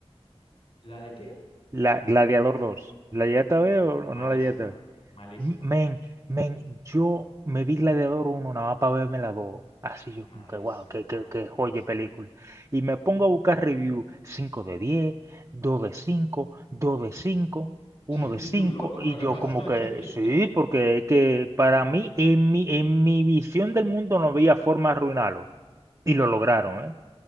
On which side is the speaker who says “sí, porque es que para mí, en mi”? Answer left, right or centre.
Right